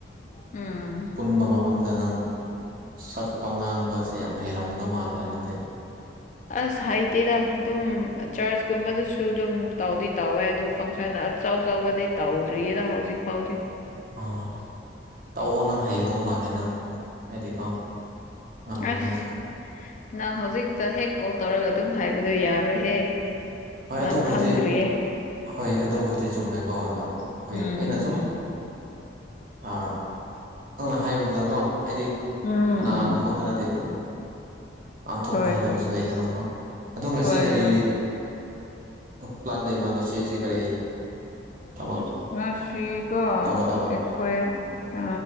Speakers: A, on the left; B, on the right.
A: ꯎꯝ
B: ꯄꯨꯟꯕ ꯃꯐꯝ ꯃꯐꯝꯗ ꯅꯪ ꯁꯛꯄ ꯉꯥꯡꯕꯁꯦ ꯌꯥꯝ ꯍꯩꯔꯝꯒꯗꯧ ꯃꯥꯜꯂꯦ ꯑꯗꯨꯗꯤ
A: ꯑꯁ ꯍꯥꯏꯩꯇꯦꯗ ꯑꯗꯨꯝ ꯆꯔꯆꯀꯨꯝꯕꯗꯨꯁꯨ ꯑꯗꯨꯝ ꯇꯥꯎꯗꯤ ꯇꯥꯎꯋꯦ ꯑꯗꯨ ꯐꯪꯁꯟ ꯑꯆꯧ ꯆꯥꯎꯧꯕꯗꯤ ꯇꯧꯗ꯭ꯔꯤꯌꯦꯗ ꯍꯧꯖꯤꯛ ꯐꯥꯎꯗꯤ
B: ꯑꯥ ꯇꯥꯛꯑꯣ ꯅꯪ ꯍꯩꯒꯗꯧ ꯃꯥꯜꯂꯦ ꯅꯪ ꯍꯥꯏꯗꯤꯀꯣ ꯉꯝꯒꯅꯤꯅ
A: ꯑꯁ ꯅꯪ ꯍꯧꯖꯤꯛꯇ ꯍꯦꯛ ꯀꯣꯜ ꯇꯧꯔꯒ ꯑꯗꯨꯝ ꯍꯥꯏꯕꯗꯨꯣ ꯌꯥꯔꯣꯏꯍꯦ
B: ꯍꯣꯏ
A: ꯅꯪ
B: ꯑꯗꯨꯕꯨꯗꯤ
A: ꯈꯪ꯭ꯔꯤ
B: ꯍꯣꯏ ꯑꯗꯨꯕꯨꯗꯤ ꯆꯨꯝꯃꯦꯀꯣ ꯑꯗꯣ ꯍꯣꯏ
A: ꯎꯝ
B: ꯑꯩꯅ ꯁꯁꯨꯝ ꯅꯪꯅ ꯍꯥꯏꯕꯗꯨꯗꯀꯣ ꯍꯥꯏꯗꯤ
A: ꯎꯝ
B: ꯀꯅꯥꯒꯨꯝꯕ
A: ꯎꯝ
B: ꯈꯔꯗꯤ ꯑꯗꯨꯝ ꯄꯥꯡꯊꯣꯛꯄ
A: ꯍꯣꯏ
B: ꯍꯩꯇꯕꯁꯨ
A: ꯍꯣꯏ
B: ꯂꯩꯗꯅꯀꯣ ꯑꯗꯣ ꯉꯁꯤ
A: ꯍꯣꯏ
B: ꯀꯔꯤ
A: ꯍꯣꯏ
B: ꯄ꯭ꯂꯥꯟ ꯂꯩꯕ ꯉꯁꯤꯁꯦ ꯀꯔꯤ ꯊꯕꯛ
A: ꯑ ꯉꯁꯤꯀꯣ
B: ꯇꯧꯒꯗꯕ
A: ꯑꯩꯈꯣꯏ ꯑ